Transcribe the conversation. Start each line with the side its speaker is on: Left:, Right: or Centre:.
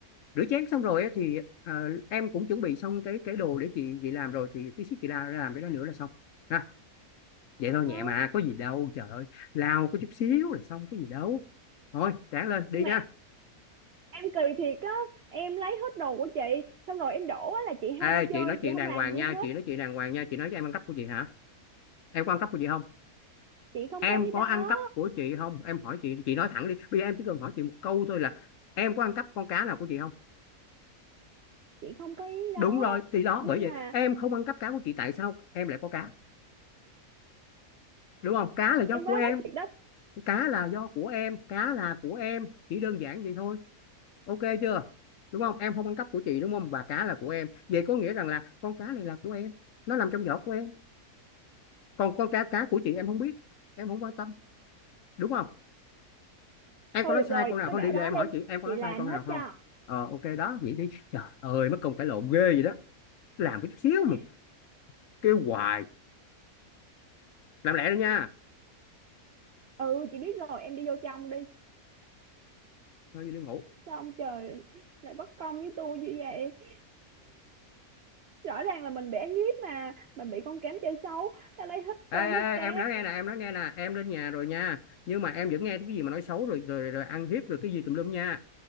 Left: rửa chén xong rồi á thì ờ, em cũng chuẩn bị xong cái cái đồ để chị chị làm rồi thì tí xíu chị ra ra làm cái đó nữa là xong ha vậy thôi
Right: ờ,
Left: nhẹ mà có gì đâu trời ơi lao có chút xíu là xong có gì đâu thôi sáng lên đi
Right: nhưng mà
Left: nha
Right: em kỳ thiệt á em lấy hết đồ của chị xong rồi em đổ á là chị
Left: ê
Right: ham chơi
Left: chị nói chuyện
Right: chị không
Left: đàng
Right: làm
Left: hoàng
Right: gì
Left: nha
Right: hết
Left: chị nói chuyện đàng hoàng nha chị nói cho em ăn cắp của chị hả em có ăn cắp của chị không
Right: chị không
Left: em
Right: có ý
Left: có
Right: đó
Left: ăn cắp của chị không em hỏi chị chị nói thẳng đi bây giờ em chỉ cần hỏi chị một câu thôi là em có ăn cắp con cá nào của chị không
Right: chị không có ý
Left: đúng
Right: đó
Left: rồi thì đó
Right: nhưng
Left: bởi vậy
Right: mà
Left: em không ăn cắp cá của chị tại sao em lại có cá đúng không cá là do
Right: Em
Left: của
Right: quá
Left: em
Right: quánh thiệt đó.
Left: cá là do của em cá là của em chỉ đơn giản vậy thôi ok chưa đúng không em không ăn cắp của chị đúng không và cá là của em vậy có nghĩa rằng là con cá này là của em nó nằm trong vỏ của em còn con cá cá của chị em không biết em không quan tâm đúng không em
Right: Thôi
Left: có nói
Right: được
Left: sai
Right: rồi,
Left: câu nào
Right: cứ
Left: không
Right: để
Left: điều
Right: đó
Left: giờ em
Right: đi.
Left: hỏi chị em có
Right: Chị
Left: nói
Right: làm
Left: sai câu nào
Right: hết
Left: không
Right: cho.
Left: ờ ok đó vậy đi trời ơi mất công cãi lộn ghê vậy đó làm cái chút xíu
Right: <laughs>
Left: mà kêu hoài làm lẹ đi nha
Right: Ừ, chị biết rồi, em đi vô trong đi.
Left: thôi đi ngủ
Right: Sao ông trời lại bất công với tôi như vậy? <laughs> Rõ ràng là mình bị ăn hiếp mà. Mình bị con cám chơi xấu. ta lấy hết tôm,
Left: ê ê,
Right: hết cá.
Left: em nói nghe nè em nói nghe nè em lên nhà rồi nha nhưng mà em vẫn nghe cái gì mà nói xấu rồi rồi rồi ăn hiếp rồi cái gì tùm lum nha